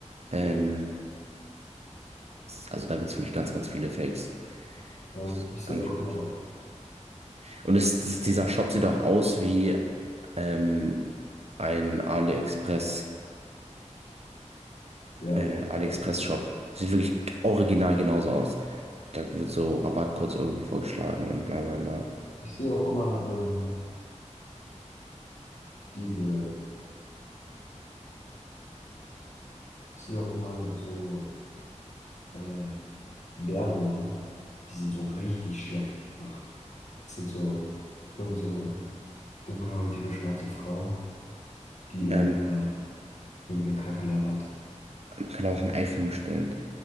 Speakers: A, on the right; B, on the left.
A: Ähm, also da gibt's wirklich ganz, ganz viele Fakes.
B: Ja,
A: Das ist
B: ich sehe
A: gar nicht
B: auch
A: gut.
B: immer auf.
A: Und es, es- dieser Shop sieht auch aus wie ähm, ein AliExpress,
B: Ja.
A: äh, AliExpress-Shop.
B: ja.
A: Sieht wirklich original genauso aus. Da wird so Rabattcodes irgendwie vorgeschlagen und bla bla bla.
B: Ich sehe auch immer ähm, diese, ich sehe auch immer so äh, Werbungen, die sind so richtig schlecht gemacht. Das sind so irgendeine so eine dunkelhäutige schwarze Frau, die irgendeine
A: Ähm,
B: Irgendeine Kacke labert.
A: Kann auch ein iPhone bestellen.